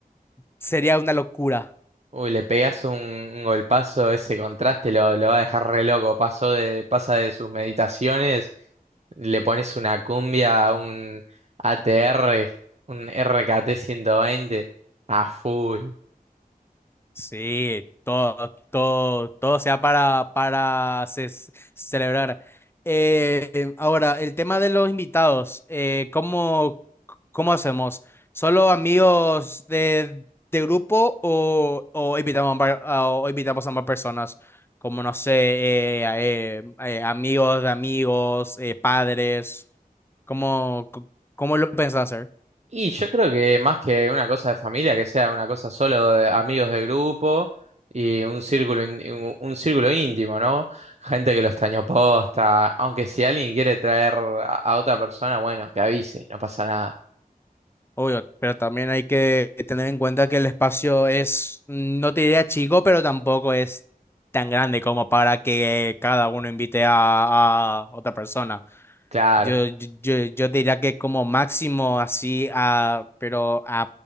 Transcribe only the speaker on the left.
Sería una locura.
Sí, todo, todo, todo sea para, para ce- celebrar. Eh, ahora, el tema de los invitados, eh, ¿cómo, cómo hacemos? ¿Solo amigos de, de grupo o, o invitamos a, var- a- o invitamos a más personas? Como, no sé, eh, a- eh, eh, amigos de amigos, eh, padres. ¿Cómo, cómo lo pensás hacer?
Obvio, pero también hay que tener en cuenta que el espacio es, no te diría chico, pero tampoco es tan grande como para que cada uno invite a, a otra persona.
Yo, yo, yo yo diría que como máximo así, a, pero a,